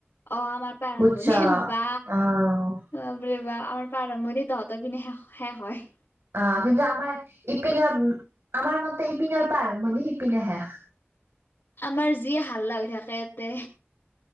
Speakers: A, on the left; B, on the right.
A: অ' আমাৰ পৰা আৰম্ভণি
B: বুজছ
A: বা
B: অ',
A: বো বা আমাৰ আৰম্ভণি তহঁতৰ পিনে শেষ শেষ হয়
B: অ কিন্তু আমাৰ ইপিনৰ আমাৰ মতে ইপিনৰ পাৰম্ বুলি সিপিনে শেষ
A: আমাৰ যি হাল্লা হৈ থাকে ইয়াতে।